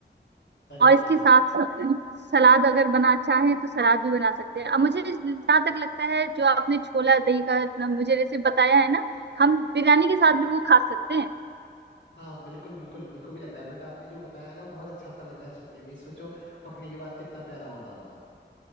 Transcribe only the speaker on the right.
और इसके
साथ सा- सलाद अगर बना चाहे तो सलाद भी बना सकते हैं अब मुझे जहाँ तक लगता है जो आपने छोला दही का न- मुझे रेसिपी बताया है ना हम बिरयानी के साथ भी वो खा सकते हैं